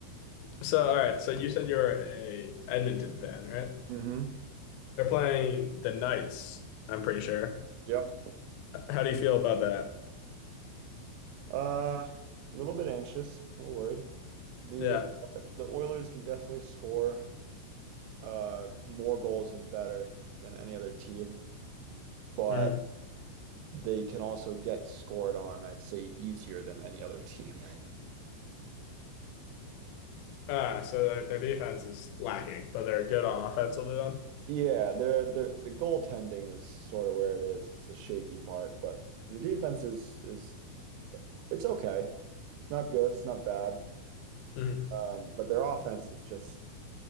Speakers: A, on the left; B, on the right.
A: So all right. So you said you're a Edmonton fan, right?
B: <laughs> hmm
A: They're playing the Knights. I'm pretty sure.
B: Yep.
A: How do you feel about that?
B: Uh, a little bit anxious, a little worried. The
A: Yeah.
B: uh, the Oilers can definitely score uh more goals and better than any other team, but
A: Mm-hmm.
B: they can also get scored on, I'd say, easier than any other team. <laughs>
A: Ah, so their, their defense is lacking, but they're good on offense. Will be done.
B: Yeah, their their the goaltending is sort of where it is. It's the shaky part, but their defense is is it's okay. It's not good, it's not bad.
A: Mm-hmm.
B: Um, but their offense is just